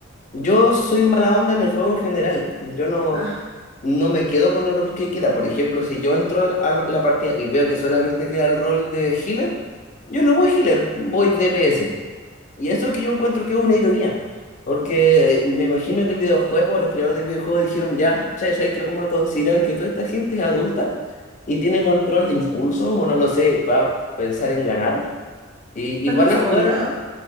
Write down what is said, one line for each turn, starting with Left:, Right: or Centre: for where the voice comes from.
Left: Yo soy mala onda en el juego en general. Yo no,
Right: Ah,
Left: no me quedo con el rol que queda. Por ejemplo, si yo entro al- a la partida y veo que solamente queda el rol de healer, yo no voy healer, voy DPS. Y eso es que yo encuentro que es una ironía, porque eh, me imagino que el videojuego, los creadores de videojuegos dijeron, ya, che, ¿sabes que Vamos a considerar que toda esta gente es adulta y tiene control de impulso, o no lo sé, va a pensar en ganar, y,
Right: tan
Left: y van
Right: desarrollado.
Left: a jugar,